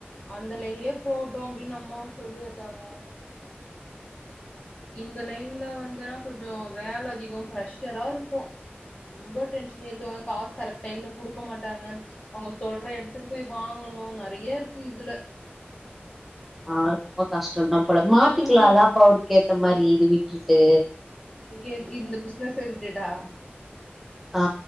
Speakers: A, on the left; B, in the centre.
A: அந்தலைன்லயே போகட்டு அப்படின்னு அம்மாவு சொல்லி உட்டாங்க இந்த லைன்ல வந்தன்னா கொஞ்சோ வேல அதிகோ ப்ரெஷரா இருக்கு ரொம்ப டென்ஷன் ஏத்துவாங்க காசு கரெக்ட் டைம்ல குடுக்க மாட்டாங்க அவங்க சொல்ற எடத்துக்கு போய் வாங்கணு நறைய இருக்கு இதுல
B: ஆ ரொம்ப கஷ்டோத போல மாத்திக்கலால்லா
A: ம்
B: அப்ப அவருக்க ஏத்த மாரி இது விட்டுட்டு
A: ஏ இந்த பிசினஸ்சே விட்டுட்டா
B: ஆ